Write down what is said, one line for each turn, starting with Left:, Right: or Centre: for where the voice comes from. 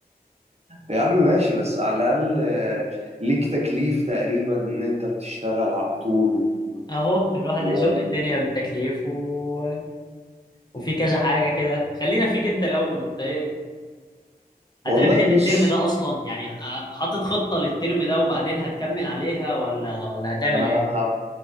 Right: يا عم ماشي بس على الاقل آه، ليك تكليف تقريبا ان انت بتشتغل على طول
Left: اهو الواحد
Right: و...
Left: هيزق الدنيا بالتكليف و... وفي كذا حاجة كده خلينا فيك انت الاول انت ايه
Right: والله
Left: هتعمل ايه في
Right: بص
Left: الترم ده اصلا يعني ح- حاطط خطة للترم ده وبعدين هتكمل عليها ولا ولا هتعمل
Right: انا
Left: ايه
Right: ه... ه...